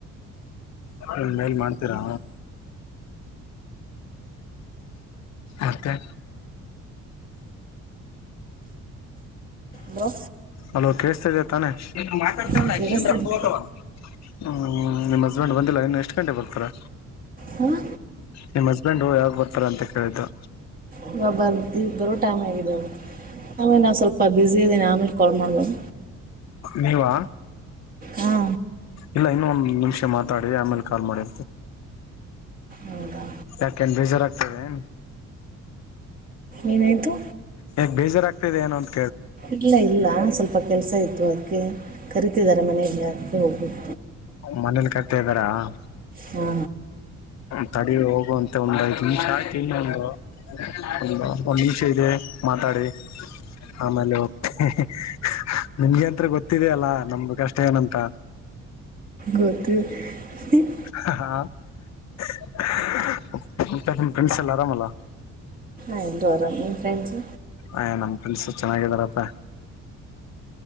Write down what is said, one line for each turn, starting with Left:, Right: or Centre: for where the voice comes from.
Left: ಇನ್ ಮೇಲ್ ಮಾಡ್ತೀರಾ ಮತ್ತೆ
Right: ಹಲೋ
Left: ಹಲೋ ಕೇೇಳಿಸತಾ ಇದ ತಾನೆ ಮಾತಾಡತಾ ಇದಿರಲ್ಲ
Right: ಹಾಂ ಕೇಳಿಸ್ತಿದೆ
Left: ಆಕೀಗೆನ ರೊಕ್ಕ ಬರ್ತಾವ ಹ ನಿಮ್ಮ ಹಸ್ಬೆಂಡ್ ಬಂದಿಲ್ಲ ಇನ್ನು ಎಷ್ಟು ಗಂಟೆ ಬರ್ತಾರೆ.
Right: ಹಾಂ
Left: ನಿಮ್ಮ ಹಸ್ಬೆಂಡು ಯಾವಾಗ್ ಬರ್ತಾರೆ ಅಂತ ಕೇಳಿದ್ದು
Right: ಇವಗ ಬರ್ತಿದರ ಟೈಮ್ ಆಗೀತೆ ಆಮೇಲೆ ನಾ ಸ್ವಲ್ಪ ಬಿಸಿ ಇದ್ದೀನಿ ಆಮೇಲೆ ಕಾಲ್ ಮಾಡಬೇಕ
Left: ನೀವಾ
Right: ಹಾ
Left: ಇಲ್ಲ ಇನ್ನ ಒಂದ್ ನಿಮಿಷ ಮಾತಾಡಿ ಆಮೇಲೆ ಕಾಲ್ ಮಾಡಿ
Right: ಹೌದಾ
Left: ಏಕೆ ಬೇಜರ್ ಆಗ್ತದೆಯಾ
Right: ಏನಾಯ್ತು
Left: ಯಾಕ್ ಬೇಜಾರ ಆಗ್ತದೆ ಏನಂತ
Right: ಇಲ್ಲ ಇಲ್ಲ ಸ್ವಲ್ಪ ಕೆಲ್ಸ ಇತ್ತು ಅದಕ್ಕೆ ಕರಿತಿದ್ದಾರೆ ಮನೆಯಲ್ಲಿ ಅದಕ್ಕೆ ಹೋಗಬೇಕ.
Left: ಮನೇಲಿ ಕಟ್ಟ ಇದ್ದಾರಾ? <inaudible>
Right: ಹೂ
Left: ತಡಿ ಹೋಗುವಂತೆ ಒಂದ್ ಐದ್ ನಿಮಿಷ ಆಯ್ತು ಇನ್ನೊ ಒಂದು. <inaudible> ಒಂದು ಒಂದ್ ನಿಮಿಷ ಇದೆ ಮಾತಾಡಿ. <inaudible> ಆ ಮೇಲೆ <inaudible> ನಿಮ್ಗೆ ಅಂತರ ಗೊತ್ತಿದಲ್ಲಾ ನಮ್ಮ ಕಷ್ಟ ಏನಂತ?
Right: ಗೊತ್ತು. <inaudible>
Left: ಹ ಹಾ <inaudible> ಮತ್ತೆ ನಿಮ್ಮ ಪ್ರೆಂಡ್ಸ್ ಆರಾಮ ಅಲ್ಲ. <inaudible>
Right: ನಂದು ಆರಾಮ್ ನಿಮ್ಮ ಪ್ರೆಂಡ್ಸ್?
Left: ಅಯ್ಯ ನಮ್ಮ ಪ್ರೆಂಡ್ಸ್ ಚೆನ್ನಾಗಿದಾರಪ್ಪ. <inaudible>